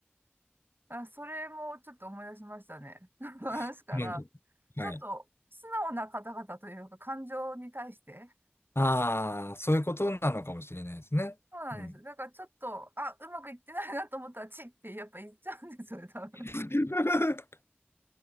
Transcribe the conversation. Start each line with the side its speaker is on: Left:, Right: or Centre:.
Right: あ、それもちょっと思い出しましたね。<laughs> 話から、
Left: <laughs> なんか
Right: ちょっと素直な方々というか、
Left: はい。
Right: 感情に対して。
Left: ああ、そういうことなのかもしれないですね。
Right: そうなんです。
Left: うん。
Right: だからちょっと、あ、うまくいってないなと思ったら、チッってやっぱ言っちゃうんですよね、多分。
Left: <laughs>